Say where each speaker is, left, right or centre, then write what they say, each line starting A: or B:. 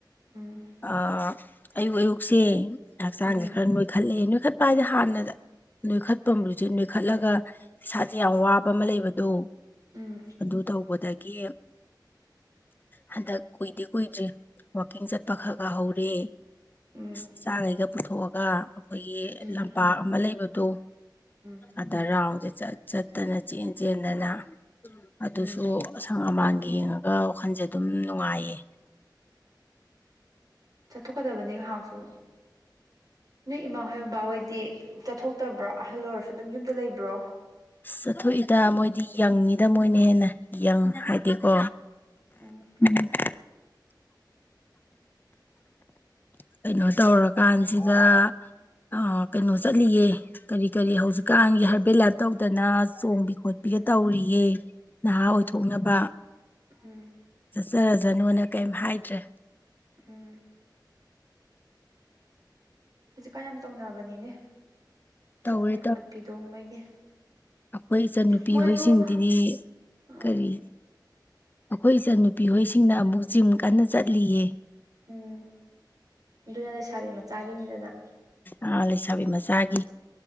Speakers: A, on the right; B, on the left.
A: ꯎꯝ
B: ꯑꯥ ꯑꯌꯨꯛ ꯑꯌꯨꯛꯁꯦ ꯍꯛꯆꯥꯡꯁꯦ
A: ꯎꯝ
B: ꯈꯔ ꯅꯣꯏꯈꯠꯂꯑꯦ ꯅꯣꯏꯈꯠꯄ ꯍꯥꯏꯗꯤ ꯍꯥꯟꯅꯗ ꯅꯣꯏꯈꯠꯄꯝꯕꯨꯁꯦ ꯅꯣꯏꯈꯠꯂꯒ ꯏꯁꯥꯁꯦ ꯌꯥꯝ ꯋꯥꯕ ꯑꯃ ꯂꯩꯕꯗꯣ꯫
A: ꯎꯝ
B: ꯑꯗꯨ ꯇꯧꯕꯗꯒꯤ ꯍꯟꯗꯛ ꯀꯨꯏꯗꯤ ꯀꯨꯏꯗ꯭ꯔꯤ ꯋꯥꯛꯀꯤꯡ ꯆꯠꯄ ꯈꯔ ꯈꯔ ꯍꯧꯔꯦ꯫
A: ꯎꯝ
B: ꯑꯦꯁ ꯏꯆꯥꯒꯩꯒ ꯄꯨꯊꯣꯛꯑꯒ ꯑꯈꯣꯏꯒꯤ
A: ꯎꯝ
B: ꯂꯝꯄꯥꯛ ꯑꯃ ꯂꯩꯕꯗꯣ꯫
A: ꯎꯝ
B: ꯑꯗ ꯔꯥꯎꯟꯁꯦ ꯆꯠ ꯆꯠꯇꯅ ꯆꯦꯟ ꯆꯦꯟꯗꯅ ꯑꯗꯨꯁꯨ
A: ꯎꯝ
B: ꯑꯁꯪ ꯑꯃꯥꯟꯒ ꯌꯦꯡꯉꯒ ꯋꯥꯈꯜꯁꯦ ꯑꯗꯨꯝ ꯅꯨꯡꯉꯥꯏꯌꯦ꯫
A: ꯆꯠꯊꯣꯛꯀꯗꯕꯅꯦ ꯉꯥꯏꯍꯥꯛꯁꯨ꯫ ꯅꯣꯏ ꯏꯃꯥ ꯍꯣꯏ ꯕꯕꯥꯍꯣꯏꯗꯤ ꯆꯠꯊꯣꯛꯇꯕ꯭ꯔꯣ ꯑꯍꯜ ꯑꯣꯏꯔꯁꯨ ꯑꯗꯨꯝ ꯌꯨꯝꯗ ꯂꯩꯕ꯭ꯔꯣ?
B: ꯆꯠꯊꯣꯛꯏꯗ ꯃꯣꯏꯗꯤ ꯌꯪꯅꯤꯗ ꯃꯣꯏꯅ ꯍꯦꯟꯅ ꯌꯪ ꯍꯥꯏꯗꯤꯀꯣ
A: ꯎꯝ
B: <unintelligible>
A: <inaudible>
B: ꯀꯩꯅꯣ ꯇꯧꯔꯀꯥꯟꯁꯤꯗ ꯑ ꯀꯩꯅꯣ ꯆꯠꯂꯤꯌꯦ ꯀꯔꯤ ꯀꯔꯤ ꯍꯧꯖꯤꯛꯀꯥꯟꯒꯤ ꯍꯥꯔꯕꯦꯜ ꯂꯥꯏꯞ ꯇꯧꯗꯅ ꯆꯣꯡꯕꯤ ꯈꯣꯠꯄꯤꯒ
A: ꯎꯝ
B: ꯇꯧꯔꯤꯌꯦ ꯅꯍꯥ
A: ꯎꯝ
B: ꯑꯣꯏꯊꯣꯛꯅꯕ
A: ꯎꯝ
B: ꯆꯠꯆꯔꯖꯥꯅꯣꯅ ꯀꯩꯝ ꯍꯥꯏꯗ꯭ꯔꯦ
A: ꯎꯝ ꯍꯧꯖꯤꯛꯀꯥꯟ ꯌꯥꯝ ꯇꯧꯅꯕꯅꯤꯅꯦ ꯆꯣꯡꯕꯤ
B: ꯇꯧꯔꯦ
A: ꯈꯣꯠꯄꯤꯗꯣ ꯃꯣꯏꯒꯤ
B: ꯈꯣꯏ ꯏꯆꯟꯅꯨꯄꯤ
A: ꯃꯣꯏꯁꯨ
B: ꯍꯣꯏꯁꯤꯡꯗꯤꯅꯤ
A: ꯎꯝ
B: ꯀꯔꯤ ꯑꯈꯣꯏ ꯏꯆꯟꯅꯨꯄꯤ ꯍꯣꯏ ꯁꯤꯡꯅ ꯑꯃꯨꯛ ꯖꯤꯝ ꯀꯟꯅ ꯆꯠꯂꯤꯌꯦ
A: ꯎꯝ ꯑꯗꯨꯅ ꯂꯩꯁꯥꯕꯤ ꯃꯆꯥꯒꯤꯅꯤꯗꯅ
B: ꯑ ꯂꯩꯁꯥꯕꯤ ꯃꯆꯥꯒꯤ